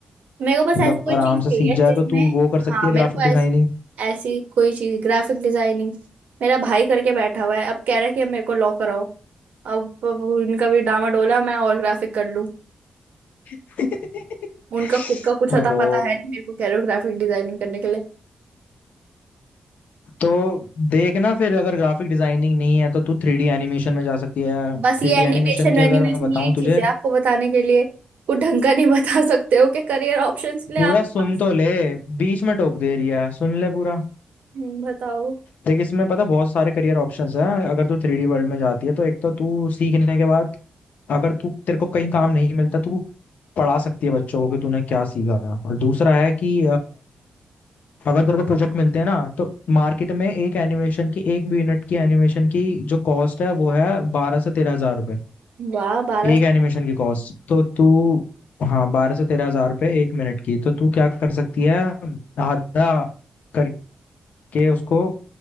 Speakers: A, on the right; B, on the left.
A: मेरे को बस
B: मतलब
A: ऐसी कोई
B: आराम
A: चीज चाहिए
B: से सीख जाए
A: जिसमें
B: तो तू वो कर सकती
A: हाँ
B: है
A: मेरे
B: ग्राफिक
A: को ऐस,
B: डिजाइनिंग
A: ऐसी कोई चीज ग्राफिक डिजाइनिंग मेरा भाई करके बैठा हुआ है अब कह रहा है कि अब मेरे को लॉ कराओ अब अब उनका भी डामाडोला मैं और ग्राफिक कर लूं
B: <laughs>
A: उनका खुद का कुछ अता
B: ओहो
A: पता है नहीं मेरे को कह रहे हो ग्राफिक डिजाइनिंग करने के लिए
B: तो देखना फिर अगर ग्राफिक डिजाइनिंग नहीं है तो तू थ्री डी एनिमेशन में जा सकती है
A: बस
B: थ्री
A: ये
B: डी
A: एनिमेशन
B: एनिमेशन की
A: वेनिमेशन
B: अगर मैं बताऊं
A: यही चीज
B: तुझे
A: है आपको बताने के लिए कुछ ढंग का नहीं बता सकते हो कि करियर ऑप्शंस के लिए
B: पूरा
A: आपके
B: सुन
A: पास
B: तो ले बीच में टोक दे रही है सुन ले पूरा
A: हम्म, बताओ
B: देख इसमें पता बहुत सारे करियर ऑप्शंस हैं अगर तू थ्री डी वर्ल्ड में जाती है तो एक तो तू सीखने के बाद अगर तू तेरे को कहीं काम नहीं मिलता तो तू पढ़ा सकती है बच्चों को कि तूने क्या सीखा और दूसरा है कि अगर तेरे को प्रोजेक्ट मिलते हैं ना तो मार्केट में एक एनिमेशन की एक यूनिट की एनिमेशन की जो कॉस्ट है वो है बारह से तेरह हजार रुपए
A: वाह बारह
B: एक
A: साल
B: एनिमेशन की कॉस्ट तो तू हाँ बारह से तेरह हजार रुपए एक मिनट की तो तू क्या कर सकती है आधा करके उसको